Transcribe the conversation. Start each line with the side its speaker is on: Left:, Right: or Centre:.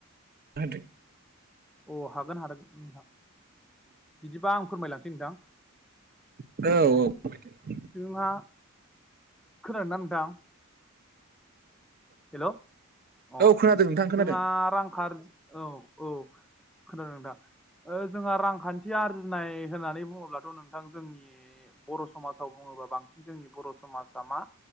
Right: होदो
Centre: अ' हागोन हागोन नोंथां बिदिबा आं फोरमायलांसै नोंथां
Right: औ औ
Centre: जोंहा खोनादोंना नोंथां? हेलौ अ'
Right: औ खोनादों नोंथां खोनादों
Centre: जोंहा रां खार औ औ खोनादोंना नोंथा जोंहा रांखान्थि आरजिनाय होननानै बुंङोब्लाथ' नोंथां जोंनि बर' समाजाव बुङोबा बांसिन जोंनि बर' समाजा मा